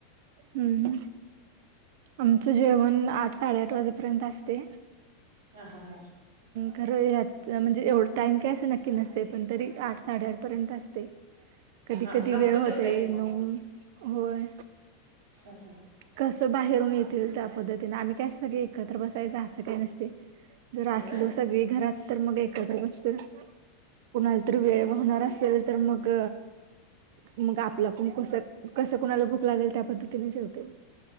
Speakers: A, on the right; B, on the right.
A: हम्म आमचं जेवण आठ साडेआठ वाजेपर्यंत असतय.
B: हा हा हां
A: खरं ह्याच म्हणजे एवढ टाइम काय असं नक्की नसतयं पण तरी आठ साडेआठ पर्यंत असतयं कधी
B: हा
A: कधी
B: लवकर
A: वेळ होतयं
B: जेवताय की मग
A: नऊ होय
B: हा हं
A: कसं बाहेरून येतील त्या पद्धतीने आम्ही काय अस सगळी एकत्र बसायचं असं काय नसतय‌. जर
B: नाही
A: असलो
B: व्हय
A: सगळी घरात तर मग एकत्र बसतोय. कुणाला तर वेळ होणार असेल तर मग मग आपलं आपण कस कसं कोणाला भुक लागल त्या पद्धतीने जेवतय.